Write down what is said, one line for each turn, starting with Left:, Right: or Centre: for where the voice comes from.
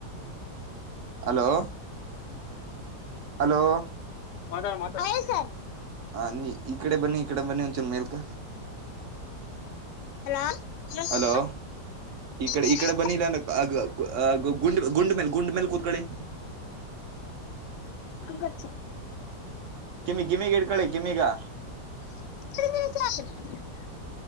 Right: ಅಲೋ ಹಲೋ
Left: ಮಾತಾಡು ಮಾತಾಡು ಹಲೋ ಸರ್
Right: ಹ ನೀ ಈ ಕಡೆ ಬನ್ನಿ ಈ ಕಡೆ ಬನ್ನಿ ಒಂದುಚೂರು ಮೇಲ್ಕ
Left: ಹಲೋ ಸರ್
Right: ಹಲೋ ಈ ಕಡೆ
Left: ಹೇಳಿ
Right: ಈ ಕಡೆ
Left: ಸರ್
Right: ಬನ್ನಿಇಲ್ಲ ಅಂದ್ರೆ ಆಆಗುಂಡ ಗುಂಡ ಮೇಲೆ ಗುಂಡ ಮೇಲೆ ಕೂತ್ಕೊಳ್ಳಿ
Left: ಗುಡ್
Right: ಗಿಮಿ ಇಡ್ಕೊಳಿ ಗಿಮಿಗಾ
Left: ಮ <unintelligible>